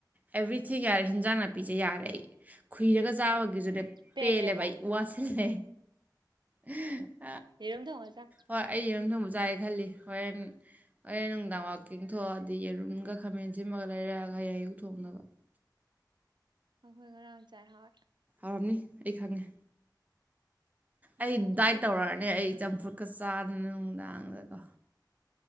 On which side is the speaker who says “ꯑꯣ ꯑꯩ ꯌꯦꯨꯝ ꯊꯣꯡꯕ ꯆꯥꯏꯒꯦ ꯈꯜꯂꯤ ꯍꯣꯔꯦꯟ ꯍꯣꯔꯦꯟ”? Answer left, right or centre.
Right